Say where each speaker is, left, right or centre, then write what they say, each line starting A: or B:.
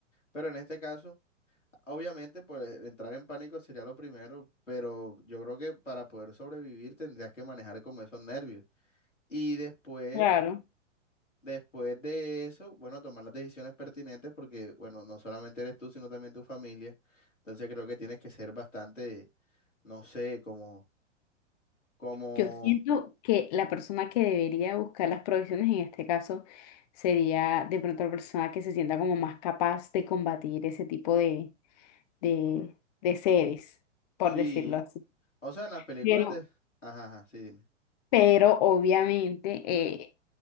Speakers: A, on the left; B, on the left.
A: Pero en este caso, obviamente, pues entrar en pánico sería lo primero, pero yo creo que para poder sobrevivir tendrías que manejar como esos nervios. Y después...
B: Claro.
A: Después de eso, bueno, tomar las decisiones pertinentes porque, bueno, no solamente eres tú, sino también tu familia. Entonces creo que tienes que ser bastante, no sé, como, como,
B: Yo siento que la persona que debería buscar las provisiones en este caso sería de pronto la persona que se sienta como más capaz de combatir ese tipo de, de, de seres, por
A: sí.
B: decirlo así.
A: O sea, en las películas
B: Pero,
A: de... Ajá, ajá, sí, dime.
B: pero obviamente eh,